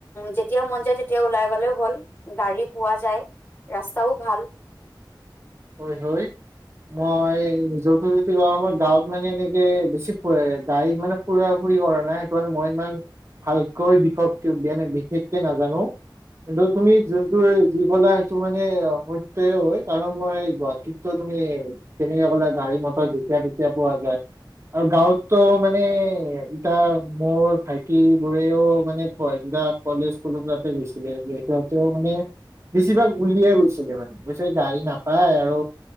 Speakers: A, on the left; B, on the right.
A: যেতিয়া মন যায় তেতিয়া ওলাই গ'লেও হ'ল গাড়ী পোৱা যায, ৰাস্তাও ভাল।
B: হয়, হয় মই নিজৰটো যদি কওঁ মই গাঁৱত মানে এনেকে বেছি গাই মানে ফুৰা ফুৰি কৰা নাই সেইটো মানে মই ইমান ভালকৈ বিষ দিয়ানে বিশেষকে নাজানো কিন্তু তুমি যোনটো যি কলা সেইটো মানে সত্যয়ে হয়, কাৰণ মই গুৱাহাটীতো তুমি কেনেকে ক'লা গাড়ী, মটৰ যেতিয়া তেতিয়া পোৱা যায় আৰু গাঁৱতো মানে এতয়া মোৰ ভাইটি বোৰেও মানে <unintelligible> কলেজ স কাতে গৈছিলে সিহঁতেও মানে বেছিভাগ উলিয়াই গৈছিলে মানে গ গাড়ী না পাই আৰু